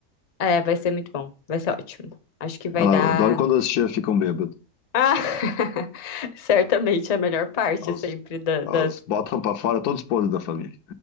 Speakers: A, on the left (about 45°); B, on the left (about 90°).
A: É, vai ser muito bom. Vai ser ótimo. Acho que vai
B: Ah, não,
A: dar.
B: eu adoro quando as tias ficam bêbadas.
A: Ah! <laughs> Certamente é a melhor parte
B: Elas,
A: sempre da-
B: elas
A: das
B: botam pra fora todos os podres da família.